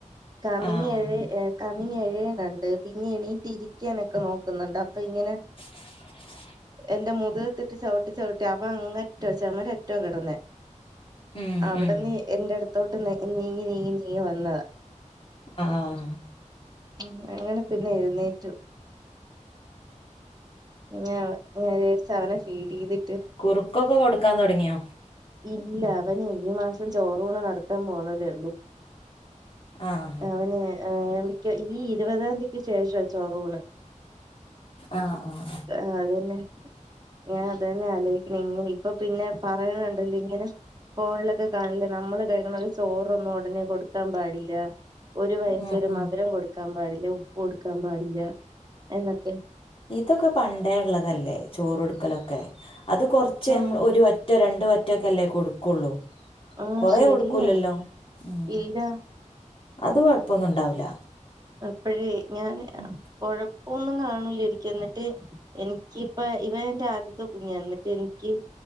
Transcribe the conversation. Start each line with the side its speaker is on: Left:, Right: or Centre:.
Right: കമിങ്ങേഴേ
Left: ആഹ്
Right: ഏഹ് കമിങ്ങേഴേനൊണ്ട് പിന്നെ എണീറ്റിരിക്കാനൊക്കെ നോക്കുന്നൊണ്ട് അപ്പൊ ഇങ്ങനെ
Left: <inaudible>
Right: എന്റെ മുതുകത്തിട്ട് ചവിട്ടി ചവിട്ടി അവ അങ്ങേറ്റവാ ചെമരറ്റവാ കെടന്നെ
Left: ഉം
Right: അവടന്ന്
Left: ഉം
Right: എ എൻ്റെടുത്തോട്ട് നേ നീങ്ങി നീങ്ങി നീങ്ങി വന്നതാ
Left: ആഹ്
Right: ഉം അങ്ങനെ പിന്നെ എഴുന്നേറ്റു ഉം ഞാ ഞാൻ വിചരിച്ചവനെ ഫീഡ് ചെയ്തി
Left: കുറുക്കൊക്കെ കൊടുക്കാൻ തൊടങ്ങിയോ
Right: ഇല്ല അവനേ ഈ മാസം ചോറൂണ് നടത്താൻ പോണതേ ഒള്ളൂ
Left: ആഹ്
Right: അവന് ആഹ് മിക്ക ഈ ഇരുപതാംതീക്ക് ശേഷവാ ചോറൂണ്
Left: ആഹ് ആഹ്
Right: ആഹ് അതന്നെ ഞാൻ അത് തന്നെ ആലോചിക്കണെ ഇങ്ങനെ ഇപ്പൊ പിന്നെ പറയണണ്ടല്ലിങ്ങനെ ഫോണിലൊക്കെ കാണില്ലേ നമ്മള് കഴിക്കണപോലെ ചോറൊന്നും ഒടനെ കൊടുക്കാൻ പാടില്ല ഒരു വയസ്സ്
Left: ഉം
Right: വരെ
Left: ഉം
Right: മധുരം കൊടുക്കാൻ പാടില്ല ഉപ്പ് കൊടുക്കാൻ പാടില്ല എന്നൊക്കെ
Left: ഇതൊക്കെ പണ്ടേ ഒള്ളതല്ലേ ചോറൊടുക്കലൊക്കെ അത് കൊറച്ച്
Right: ചോ
Left: നമ്മ ഒരു വ റ്റ് രണ്ട് വറ്റൊക്കെ അല്ലേ കൊടുക്കുവൊള്ളൂ
Right: ആഹ്
Left: കൊറേ
Right: ശരിയാ
Left: കൊടുക്കൂലല്ലോ ഉം
Right: ഇല്ല
Left: അത് കൊഴപ്പൊന്നുണ്ടാവൂല്ല
Right: അപ്പഴേ ഞാന്
Left: ഉം
Right: കൊഴപ്പൊന്നും കാണൂലാരിക്കും എന്നിട്ട് എനിക്കിപ്പ ഇവൻ എന്റെ ആദ്യത്തെ കുഞ്ഞാ ന്നിട്ട് എനിക്ക്